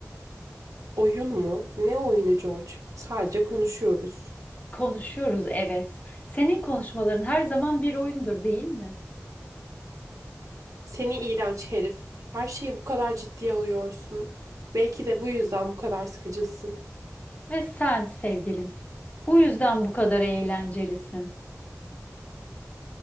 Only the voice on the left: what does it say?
Konuşuyoruz, evet. Senin konuşmaların her zaman bir oyundur, değil mi?
Ve sen sevgilim. Bu yüzden bu kadar eğlencelisin.